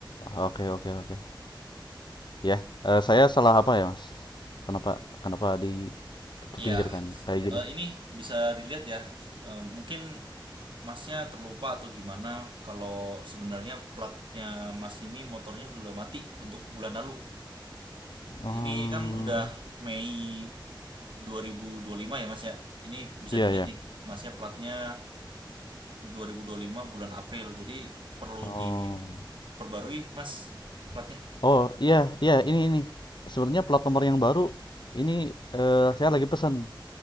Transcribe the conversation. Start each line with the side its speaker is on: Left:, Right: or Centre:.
Left: Oke oke oke. Ya, eh, saya salah apa ya Mas? Kenapa kenapa di kepinggirkan
Right: Iya,
Left: kayak gini?
Right: eh, ini bisa dilihat ya. Eh, mungkin Masnya terlupa atau gimana kalau sebenarnya platnya Mas ini motornya sudah mati untuk bulan lalu.
Left: Hmm.
Right: Ini kan udah Mei 2025 ya Mas ya. Ini bisa
Left: Iya
Right: dilihat
Left: iya.
Right: nih, Masnya platnya 2025 bulan April. Jadi perlu
Left: Oh.
Right: diperbarui, Mas, platnya.
Left: Oh, iya, iya, ini ini. Sebenarnya plat nomor yang baru ini eh, saya lagi pesan.